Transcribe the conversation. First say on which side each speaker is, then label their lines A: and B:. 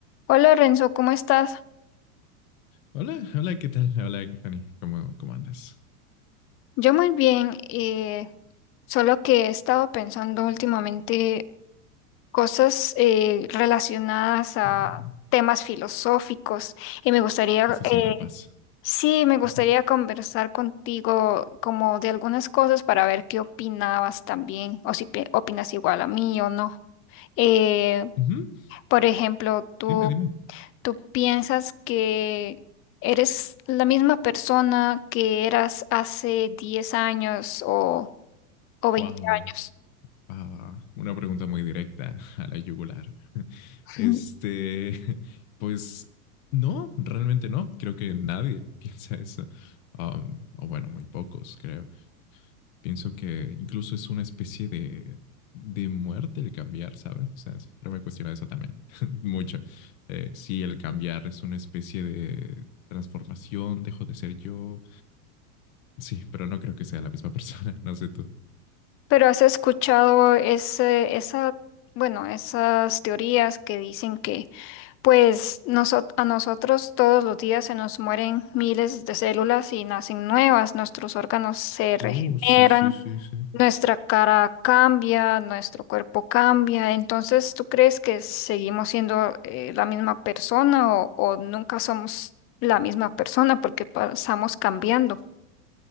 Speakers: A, on the left (about 30°); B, on the left (about 60°).
A: Hola Renzo, ¿cómo estás?
B: Hola, hola, ¿qué tal? Hola, Fanny, ¿cómo, cómo andas?
A: Yo muy bien, eh, solo que he estado pensando últimamente cosas eh, relacionadas a
B: Oh, eh,
A: temas filosóficos y me gustaría,
B: Eso
A: eh,
B: siempre pasa.
A: sí, me gustaría
B: Ujú.
A: conversar contigo como de algunas cosas para ver qué opinabas también o si pe- opinas igual a mí o no. Eh,
B: Ujú.
A: por ejemplo, ¿tú
B: Dime, dime.
A: ¿Tú piensas que eres la misma persona que eras hace 10 años o, o veinte
B: Wow.
A: años?
B: Ah, una pregunta muy directa a la yugular. <laughs>
A: <laughs>
B: Este, pues no, realmente no. Creo que nadie <laughs> piensa eso. Um, o bueno, muy pocos, creo. Pienso que incluso es una especie de, de muerte el cambiar, ¿sabes? O sea, siempre me he cuestionado eso también, <laughs> mucho. Eh, si el cambiar es una especie de transformación, dejo de ser yo. Sí, pero no creo que sea la misma persona, <laughs> no sé tú.
A: Pero has escuchado ese, esa, bueno, esas teorías que dicen que, pues, noso- a nosotros todos los días se nos mueren miles de células y nacen nuevas, nuestros órganos se regeneran,
B: oh sí, sí, sí, sí.
A: Nuestra cara cambia, nuestro cuerpo cambia. Entonces, ¿tú crees que seguimos siendo eh, la misma persona o, o nunca somos la misma persona porque pasamos cambiando?